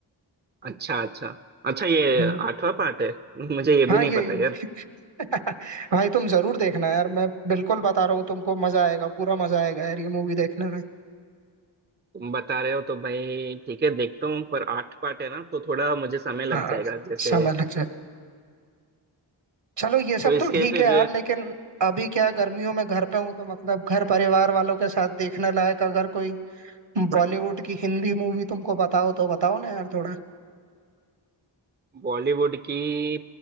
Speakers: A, on the right; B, on the right.
A: अच्छा अच्छा अच्छा ये
B: हम्म,
A: आठवां पार्ट है मुझे ये भी
B: हाँ
A: नहीं
B: ये
A: पता यार
B: <laughs> भाई तुम जरूर देखना यार मैं बिल्कुल बता रहा हूँ तुमको मजा आएगा पूरा मजा आएगा यार ये मूवी देखने में
A: तुम बता रहे हो तो भाई ठीक है देखता हूँ पर आठ पार्ट है ना तो थोड़ा मुझे समय लग
B: हाँ
A: जाएगा जैसे
B: समय लग जाए चलो ये सब
A: तो इसके
B: तो ठीक
A: फिर
B: है यार लेकिन अभी क्या है, गर्मियों में घर पे हूँ तो मतलब घर परिवार वालों के साथ देखने लायक अगर कोई बॉलीवुड की हिंदी मूवी तुमको बताओ तो बताओ ना यार थोड़ा
A: बॉलीवुड की